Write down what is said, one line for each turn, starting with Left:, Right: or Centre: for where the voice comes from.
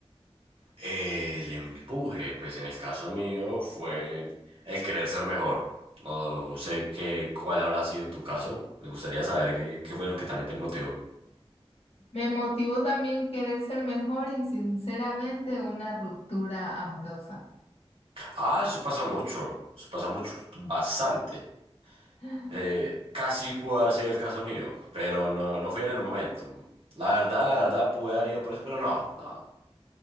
Right: El empuje, pues en el caso mío fue el querer ser mejor. No sé qué, cuál habrá sido tu caso. Me gustaría saber qué, qué fue lo que también te motivó.
Left: Me motivó también querer ser mejor y sinceramente una ruptura amorosa.
Right: Ah, eso pasa mucho, eso pasa mucho, bastante.
Left: <laughs>
Right: Eh, casi pudo haber sido el caso mío, pero no, no fui en el momento. La verdad, la verdad, pude haber ido por eso, pero no, no.